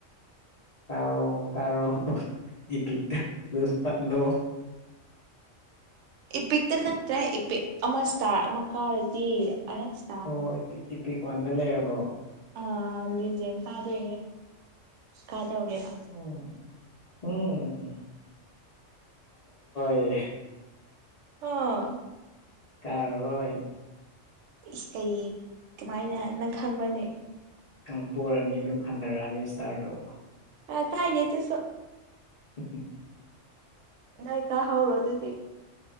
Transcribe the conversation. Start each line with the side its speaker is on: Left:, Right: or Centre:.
Left: ꯀꯥꯔꯣ ꯀꯥꯔꯣ ꯏꯄꯤꯛꯇ ꯔꯨꯁ ꯄꯠꯂꯣ
Right: ꯏꯄꯤꯛꯇ ꯅꯠꯇ꯭ꯔꯦ ꯏꯄꯤꯛ ꯑꯃ ꯏꯁꯇꯥꯔ ꯑꯃ ꯀꯥꯔꯗꯤ ꯑꯁ
Left: ꯑꯣ ꯏꯄꯤꯛ ꯏꯄꯤꯛ ꯋꯥꯟꯗ ꯂꯩꯔꯕꯣ
Right: ꯑꯥ ꯂꯤꯖꯦꯟ ꯆꯥꯗꯣꯏꯔꯦ ꯀꯥꯗꯧꯔꯦꯕ
Left: ꯎꯝ <unintelligible> ꯀꯥꯔꯔꯣꯏ
Right: ꯍꯥ
Left: ꯀꯥꯔꯔꯣꯏ
Right: ꯏꯁ ꯀꯩ ꯀꯃꯥꯏꯅ ꯅꯪ ꯈꯪꯕ꯭ꯔꯅꯦ
Left: ꯅꯪ ꯄꯣꯔꯅꯤ ꯑꯗꯨꯝ ꯍꯟꯗꯔꯛꯑꯅꯤ ꯏꯁꯇꯥꯔꯗꯣ
Right: ꯑ ꯀꯥꯏꯗꯦ ꯑꯗꯨꯁꯨ
Left: <inaudible>
Right: ꯅꯣꯏ ꯀꯥꯍꯧꯔꯣ ꯑꯗꯨꯗꯤ